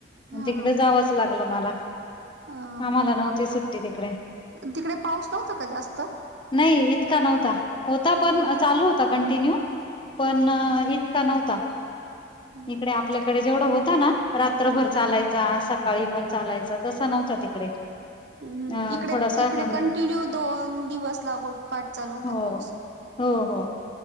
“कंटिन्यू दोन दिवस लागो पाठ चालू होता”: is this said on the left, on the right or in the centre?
Right